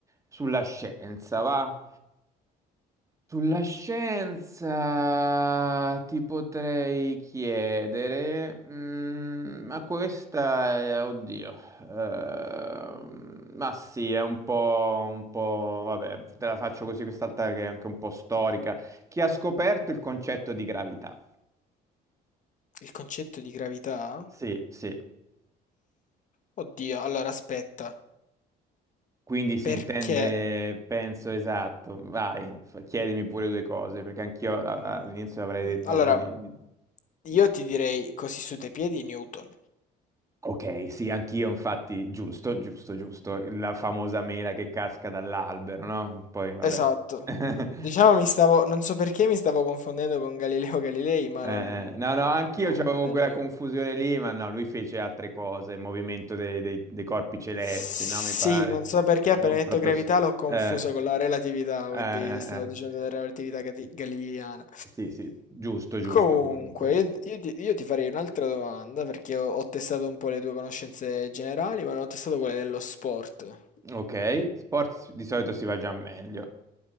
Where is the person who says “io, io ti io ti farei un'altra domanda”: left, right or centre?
Left